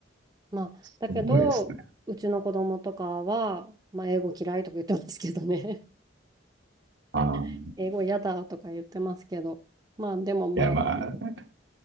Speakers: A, on the right; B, on the right.
A: まあ、
B: すごいですね。
A: だけど、うちの子供とかは、まあ、英語嫌いとか言ってますけどね。
B: あー、い
A: <laughs> 英語嫌だとか言ってますけど。まあ、でもまあ、
B: や、まあ、